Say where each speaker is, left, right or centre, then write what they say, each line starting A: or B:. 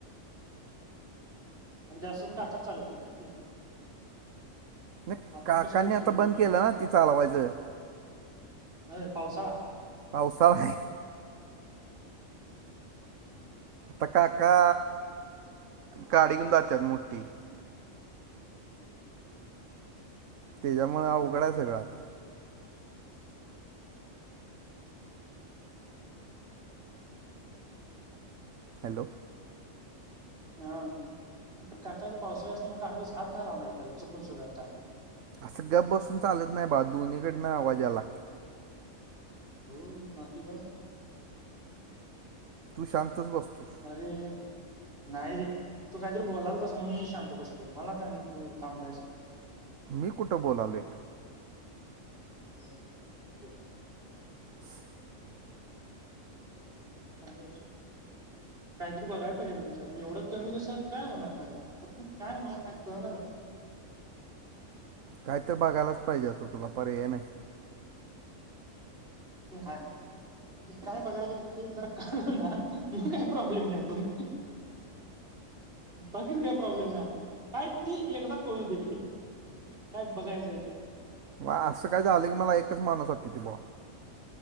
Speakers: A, on the right (about 45°); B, on the right (about 70°).
A: आणि जास्तूंन कातं चालवते तरी ती
B: नाहीं
A: आपण
B: काकांनी
A: कष्ट उचलतच
B: आंता बंद
A: नाही
B: केलं
A: त्याचं
B: नां तिअ चालवायचं
A: अं पावसा
B: पावसांळा आहे आंता काका गांडी घेऊन जातांत मोठी त्यांच्यामुळे हे उवघडचं आहे सगळं आंता हॅलो
A: हं पणं काका पावसाळ्यांत असं मंग काकांचं हात नाहीं लावणारं त्यांला चुकून सुद्धां आंता
B: असं गप बसूंन चालतं नाहीं बां दोन्हीकडनं आवांज यां लागते
A: हो बाकी बघं
B: तूं शांतच बसं
A: अरे नाहीं रे तूं कांहीतरी बोलांल तसं म्हणूंन मी शांत बसले मलां कायं माहिती नाहीं तूं थांबलायस
B: मी कुठं बोलावलंय
A: हं बोलं नां
B: <unintelligible>
A: चांग कांहीतरी बघायंला पाहिजे मं विचार एवढं कमी तसांत कायं होणारं माझ्या कां कायं मलां कायं कळणां झालं
B: कांहीतरी बघायलाचं पाहिजे तो तुंला पर्याय नाही
A: ते हात कायं बघायलां पाहिजे ते जरां कळलं नां मंग कांहीं प्रॉब्लेम नाहीं बघं बाकीच कांहीं प्रॉब्लेम नाहीं आपलां कायं ते एकदाचं कळूं दे कायं बघायचंय ते
B: वां असं कायं झालं की मलां एकचं माणूंस आठवते बा